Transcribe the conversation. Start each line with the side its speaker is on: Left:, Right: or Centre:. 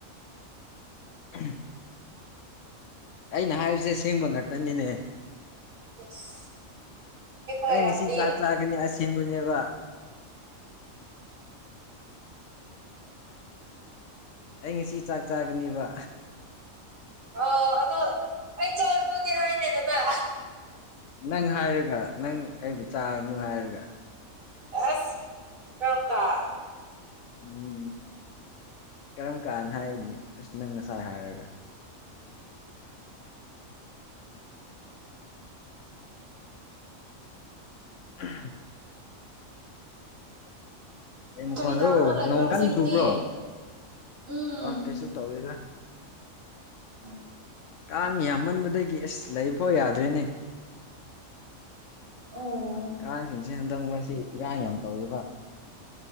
Left: ꯎ ꯑꯩꯅ ꯍꯥꯏꯔꯤꯁꯦ ꯁꯦꯡꯕ ꯉꯥꯛꯇꯅꯤꯅꯦ
Right: ꯑꯁꯦꯡꯕ ꯑꯣꯏꯔꯝꯃꯗꯤ
Left: ꯑꯩ ꯉꯁꯤ ꯆꯥꯛ ꯆꯥꯒꯅꯤ ꯑꯁꯦꯡꯕꯅꯦꯕ ꯑꯩ ꯉꯁꯤ ꯆꯥꯛ ꯆꯥꯒꯅꯦꯕ
Right: ꯑ ꯑꯗꯣ ꯑꯩ ꯆꯥꯒꯗꯨꯗꯤ ꯍꯥꯏꯗꯦꯗꯗꯥ
Left: ꯅꯪ ꯍꯥꯏꯔꯒ ꯅꯪ ꯑꯩꯕꯨ ꯆꯥꯒꯅꯨ ꯍꯥꯏꯔꯒ
Right: ꯑꯁ ꯀꯝ ꯀꯥ
Left: ꯎꯝ ꯀꯔꯝ ꯀꯥꯟꯅ ꯍꯥꯏꯅꯤ ꯑꯁ ꯅꯪ ꯉꯁꯥꯏ ꯍꯥꯏꯔꯒ
Right: <inaudible>
Left: <inaudible> ꯑꯩ ꯃꯈꯣꯟꯔꯣ
Right: ꯀꯔꯤ ꯇꯧꯔꯒ ꯂꯩꯕ꯭ꯔꯣ
Left: ꯅꯣꯡ
Right: ꯍꯧꯖꯤꯛꯇꯤ
Left: ꯀꯟꯅ ꯆꯨꯕ꯭ꯔꯣ
Right: ꯎꯝ
Left: ꯑ ꯀꯩꯁꯨ ꯇꯧꯗꯣꯏꯗ
Right: ꯎꯝ
Left: ꯀꯥꯡ ꯌꯥꯝꯃꯟꯕꯗꯒꯤ ꯑꯦꯁ ꯂꯩꯐꯥꯎ ꯌꯥꯗꯣꯏꯅꯦ
Right: ꯑꯣ
Left: ꯀꯥꯡꯁꯤꯡꯁꯦ ꯍꯟꯗꯛ ꯃꯔꯁꯤ ꯏꯔꯥꯡ ꯌꯥꯝ ꯇꯧꯔꯤꯕ